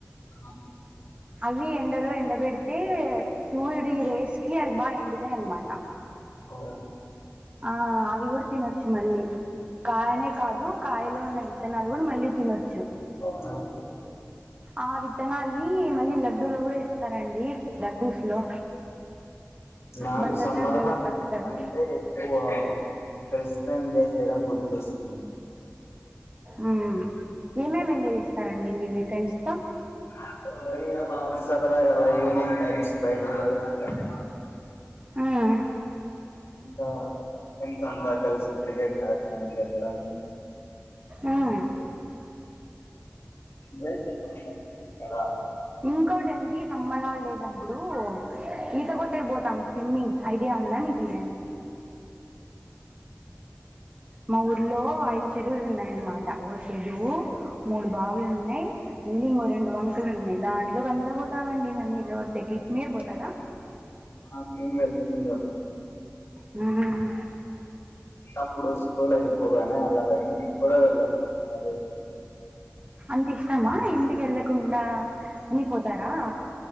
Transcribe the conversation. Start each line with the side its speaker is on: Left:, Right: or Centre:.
Left: ఆ
Right: అవి ఎండలో ఎండ పెడితే సూర్యుడి రేస్ కి అవి బా ఎండ్ తే అనమాట
Left: ఓ
Right: ఆ అవి కూడా తినొచ్చు మళ్ళీ కాయనే కాదు కాయలో ఉన్న విత్తనాలు కూడా మళ్ళీ తినొచ్చు
Left: అ
Right: ఆ విత్తనాల్ని మళ్ళీ లడ్డూ లో కూడా ఇస్తారండి లడ్డూస్ లో
Left: నాకు
Right: బందర్
Left: సమ్మర్
Right: లడ్డూలో
Left: హాల్
Right: కలుపుతారు
Left: అంటే ఎక్కువ ఫ్రెండ్స్ తో ఎంజాయ్ చేయడం గుర్తొస్తుంది
Right: మ్మ్ ఏమేమి ఎంజాయ్ చేస్తారండి మీరు మీ ఫ్రెండ్స్ తో
Left: <unintelligible> సరదగ అలా ఈవనింగ్ టైమ్స్ బయటకి వెళ్లడం కానీ
Right: మ్మ్
Left: ఇంకా ఫ్రెండ్స్ అంతా కలిసి క్రికెట్ ఆడతాము ప్లేగ్రౌండ్ లో
Right: మ్మ్
Left: వెళ్తే బాగుంటది <unintelligible>
Right: ఇంకోటండి సమ్మర్ హాలిడేస్ అప్పుడు ఈత కొట్టేకి పోతాం స్విమ్మింగ్ ఐడియా ఉందా మీక్ కి మా ఊర్లో ఐదు చెరువులు ఉన్నాయన్నమాట ఓ చెరువు మూడు బావులు ఉన్నాయి మెళ్ళి ఇంకో రెండు వంకలు ఉన్నాయి దాంట్లోకి అంతా పోతామండి మేము మీరు ఎవరి తక్కి మీరు పోతారా
Left: ఆ మేం వెళ్తుండే వ
Right: మ్మ్
Left: అప్పుడు స్కూల్ అయిపోగానే అలాగ ఇంటికి కూడా వెళ్ళము అలాగే
Right: అంత ఇష్టామా ఇంటికి వెళ్ళకుండా అని పోతారా